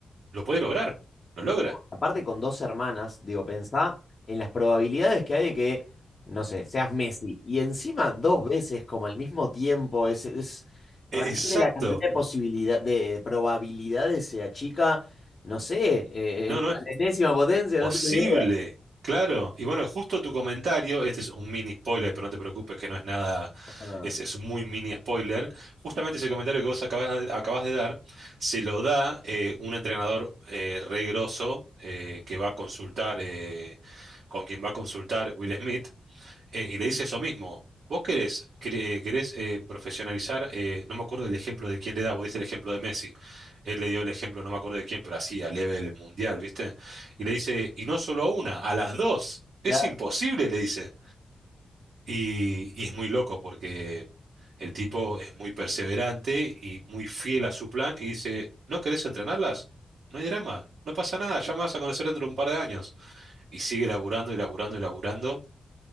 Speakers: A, on the right (about 75°); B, on the left (about 35°).
A: lo puede lograr. Lo logra.
B: Aparte con dos hermanas, digo, pensá en las probabilidades que hay de que, no sé, seas Messi. Y encima dos veces, como al mismo tiempo, es, es realmente
A: E- Exacto.
B: la cantidad de posibilidad, de probabilidades se achica, no sé, eh,
A: No,
B: en-
A: no,
B: la enésima potencia,
A: Posible,
B: no tengo
A: claro. Y bueno, justo tu comentario, este es un mini spoiler, pero no te preocupes que no es nada,
B: idea.
A: es, es un muy mini spoiler. Justamente ese comentario que vos acabas de, acabas de dar, se lo da eh, un entrenador eh, re grosso eh, que va a consultar, eh, con quien va a consultar Will Smith, eh, y le dice eso mismo. Vos querés, cre- querés eh, profesionalizar, eh, no me acuerdo el ejemplo de quién le da, vos diste el ejemplo de Messi. Él le dio el ejemplo, no me acuerdo de quién, pero así, a nivel mundial, ¿viste? Y le dice, y no solo a una, a las dos.
B: Claro,
A: Es imposible, le dice. Y, y es muy loco porque el tipo es muy perseverante y muy fiel a su plan y dice, ¿no querés entrenarlas? No hay drama, no pasa nada, ya me vas a conocer dentro de un par de años. Y sigue laburando y laburando y laburando.